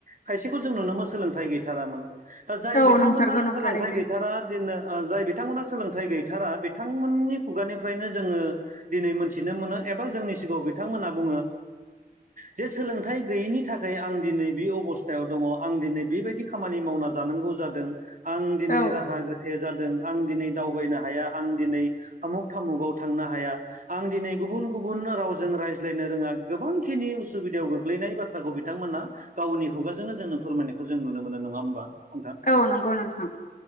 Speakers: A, on the right; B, on the left.
A: खायसेखौ जों नुदोंमोन सोलोंथाइ गैथारामोन दा जाय
B: औ
A: बिथांमोना
B: नंथारगौ नों
A: सोलोंथाइ
B: थारैनो
A: गैथारा दिननो ओ जाय बिथांमोना सोलोंथाइ गैथारा बिथांमोननि खुगानिफ्रायनो जोङो दिनै मोनथिनो मोनो। एबा जोंनि सिगाङाव बिथांमोनहा बुङो। जे सोलोंथाइ गैयैनि थाखाय आं दिनै बे अबस थायाव दङ आं दिनै बेबायदि खामानि मावना जानांगौ जादों आं दिनै
B: औ
A: राहा गोथे जा दों आं दिनै दावबायनो हाया आं दिनै आमुग थामुगाव थांनो हाया आं दिनै गुबुन-गुबुन रावजों रायज्लायनो रोङा गोबांखिनि उसुबिदायाव गोग्लै नाय बाथ्राखौ बिथांमोना गावनि खुगाजोंनो जोंनो फोरमायनायखौ जों नुनो मोनो नङा होमबा? नोंथां
B: औ नंगौ नोंथां